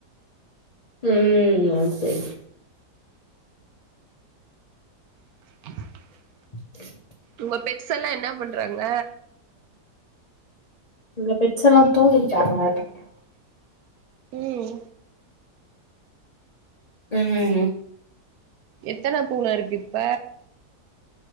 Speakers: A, on the left; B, on the right.
A: ம் அது சரி
B: <unintelligible>
A: <inaudible>
B: உங்க பெட்ஸ் எல்லா என்ன பண்றாங்க
A: இங்க பெட்ஸ் எல்லா தூங்கிட்டாங்க
B: ம்
A: ம்
B: எத்தன பூன இருக்கு இப்ப